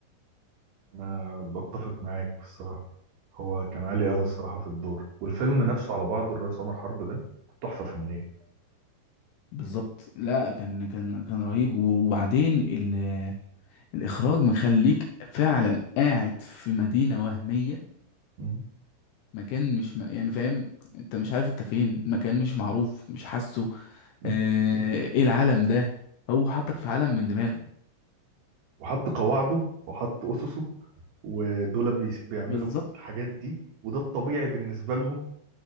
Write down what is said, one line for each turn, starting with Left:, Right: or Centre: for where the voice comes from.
Right: انا بتفق معاك الصراحة هو كان عالي قوي الصراحة في الدور والفيلم نفسه على بعضه الرئيس عمر حرب ده تحفة فنية
Left: بالظبط لا كان كان كان رهيب وبعدين ال- الاخراج مخليك فعلا قاعد في مدينة وهمية
Right: مم.
Left: مكان مش م... يعني فاهم انت مش عارف انت فين مكان مش معروف مش حاسه
Right: مم.
Left: آه، ايه العالم ده هو حطك في عالم من دماغه
Right: وحط قواعده وحط أسسه ودول بي- بيعملوا
Left: بالظبط
Right: الحاجات دي وده الطبيعي بالنسبة لهم